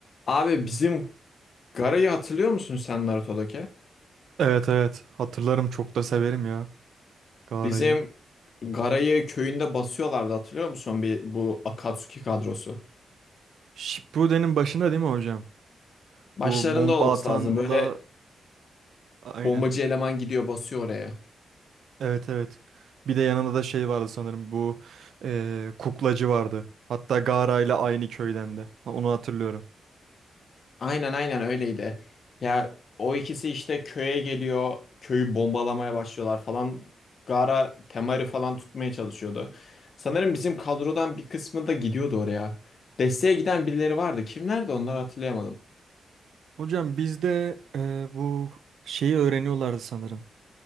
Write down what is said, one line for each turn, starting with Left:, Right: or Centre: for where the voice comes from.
Left: Abi bizim Gara'yı hatırlıyor musun sen Naruto'daki?
Right: Evet evet hatırlarım çok da severim ya Gaara'yı.
Left: Bizim Gara'yı köyünde basıyorlardı hatırlıyor musun bir bu Akatsuki kadrosu?
Right: Shippuden'in başında değil mi hocam?
Left: Başlarında
Right: Bu bomba
Left: olması
Right: atanla
Left: lazım. Böyle
Right: aynen.
Left: bombacı eleman gidiyor basıyor oraya.
Right: Evet evet. Bir de yanında da şey vardı sanırım bu eee, kuklacı vardı. Hatta Gaara ile aynı köyden de. Ha, Onu hatırlıyorum.
Left: Aynen aynen öyleydi. Ya o ikisi işte köye geliyor. Köyü bombalamaya başlıyorlar falan. Gara Temari falan tutmaya çalışıyordu. Sanırım bizim kadrodan bir kısmı da gidiyordu oraya. Desteğe giden birileri vardı. Kimlerdi onlar hatırlayamadım.
Right: Hocam bizde eee, bu şeyi öğreniyorlardı sanırım.